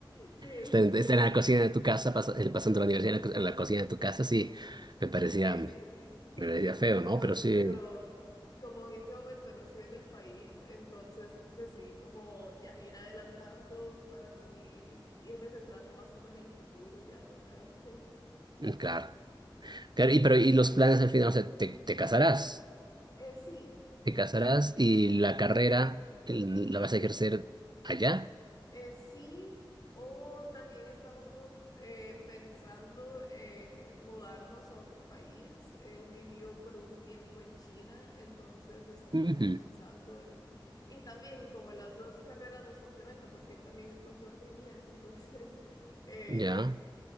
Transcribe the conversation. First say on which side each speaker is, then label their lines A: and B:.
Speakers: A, on the left (about 45°); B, on the right (about 55°).
A: <laughs> sí.
B: Está en, está en la cocina de tu casa, pasa- eh, pasando la universidad en la, co- en la cocina de tu casa, sí, me parecía,
A: Ay,
B: me
A: sí, <laughs> sí,
B: parecía feo, ¿no?
A: no,
B: Pero sí,
A: pero como en ese momento no estoy en el país, entonces decidí como ya ir adelantando para así irme centrando más como en el futuro ya de una vez. <laughs>
B: mm, claro. Claro, y, pero, y los planes al final, o sea, te, te casarás,
A: Eh, sí,
B: te casarás y la carrera el- la vas a ejercer allá.
A: Eh, sí, o también estamos como eh, pensando en mudarnos a otro país. Él vivió por un tiempo en China, entonces está
B: Ujú.
A: como pensando en... Y también como las dos carreras nos complementan, porque él también es profesor de inglés, entonces <laughs> eh,
B: Ya.